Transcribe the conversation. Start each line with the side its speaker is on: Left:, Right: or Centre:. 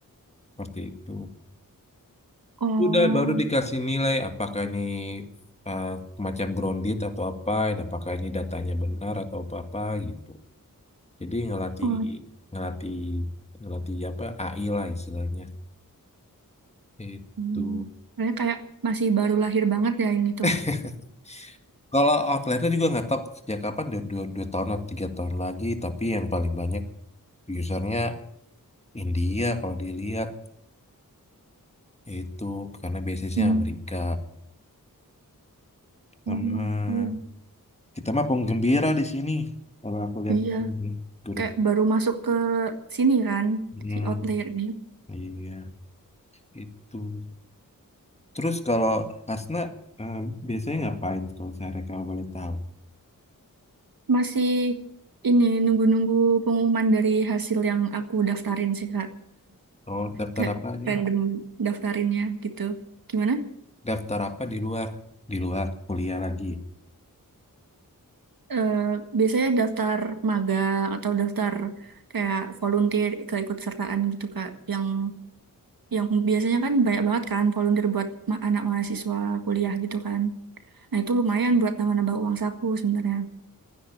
Left: seperti itu
Right: Oh,
Left: Udah baru dikasih nilai apakah ini eh, macam grounded atau apa, dan apakah ini datanya benar atau apa-apa gitu. Jadi ngelatih
Right: oh.
Left: ngelatih ngelatih apa AI lah istilahnya. Itu.
Right: Hmm. Soalnya kayak masih baru lahir banget ya ini tuh.
Left: <laughs> Kalau Outlander juga nggak tahu sejak kapan dua, dua, dua tahun atau tiga tahun lagi, tapi yang paling banyak usernya India kalau dilihat itu karena basisnya
Right: Hmm.
Left: Amerika. Kita
Right: Oh,
Left: mah
Right: gitu.
Left: kita mah penggembira di sini. Kalau aku lihat
Right: Iya,
Left: grup
Right: kayak baru masuk ke sini kan,
Left: Hmm,
Right: si outlier ini.
Left: iya itu. Terus kalau Hasna eh, biasanya ngapain kalau saya kalau boleh tahu?
Right: Masih ini nunggu-nunggu pengumuman dari hasil yang aku daftarin sih Kak.
Left: Oh, daftar
Right: Kayak
Left: apa aja?
Right: random daftarinnya gitu. Gimana
Left: Daftar apa di luar? Di luar kuliah lagi.
Right: eh, biasanya daftar magang atau daftar kayak volunteer keikutsertaan gitu Kak. Yang yang biasanya kan banyak banget kan volunteer buat ma- anak mahasiswa kuliah gitu kan. Nah, itu lumayan buat nambah-nambah uang saku sebenarnya.